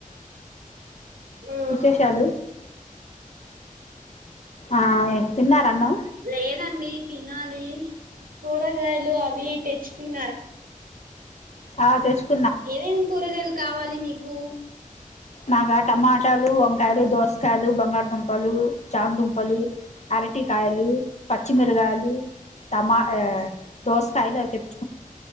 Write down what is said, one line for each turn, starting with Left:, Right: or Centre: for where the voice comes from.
Right: అ
Left: విశేషాలు ఆ తిన్నార అన్నం
Right: లేదండి తినాలి కూరగాయలు అవి తెచ్చుకుంట
Left: అ ఆ తెచ్చు
Right: ఏవేం కూరగాయలు కావాలి మీకు
Left: మాకా టమాటాలు వంకాయలు దోస కాదు బా <unintelligible> బంగారుదుంపలు చామదుంపలు అరటికాయలు పచ్చిమిరకాయలు తమా దోసకాయలు అవి తెప్పి